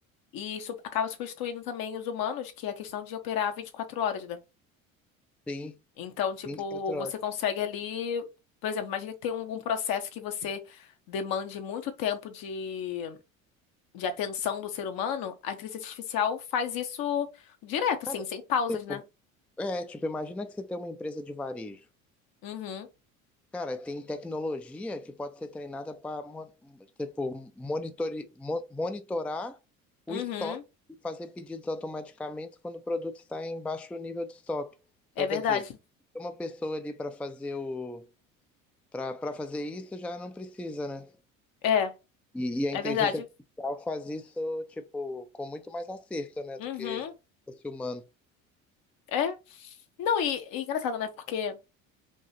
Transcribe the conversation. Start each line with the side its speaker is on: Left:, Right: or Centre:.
Left: E su- acaba substituindo também os humanos, que é a questão de operar 24 horas, né?
Centre: Sim,
Left: Então, tipo,
Centre: vinte e quatro
Left: você
Centre: horas.
Left: consegue ali, por exemplo, imagina que tem um, algum processo que você demande muito tempo de, de atenção do ser humano, a inteligência artificial faz isso direto, assim,
Centre: Cara,
Left: sem pausas,
Centre: tipo,
Left: né?
Centre: É, tipo, imagina que você tem uma empresa de varejo.
Left: Uhum,
Centre: Cara, tem tecnologia que pode ser treinada para, tipo, monitore, mo- monitorar o
Left: uhum,
Centre: estoque e fazer pedidos automaticamente quando o produto está em baixo nível de estoque. Então,
Left: é verdade.
Centre: quer dizer, tem uma pessoa ali para fazer o para para fazer isso já não precisa, né?
Left: É,
Centre: E, e a
Left: é
Centre: inteligência
Left: verdade.
Centre: artificial faz isso, tipo, com muito mais acerto, né,
Left: Uhum.
Centre: do que se fosse humano.
Left: É. Não, e, e engraçado, né? Porque